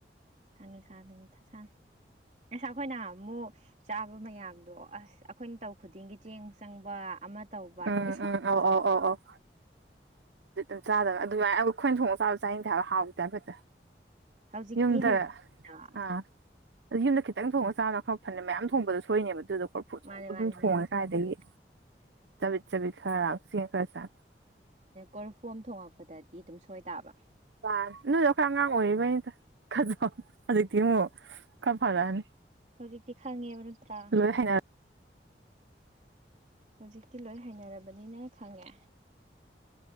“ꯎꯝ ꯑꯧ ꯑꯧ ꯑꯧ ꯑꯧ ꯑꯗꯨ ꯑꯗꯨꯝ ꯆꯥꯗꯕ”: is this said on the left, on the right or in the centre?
Right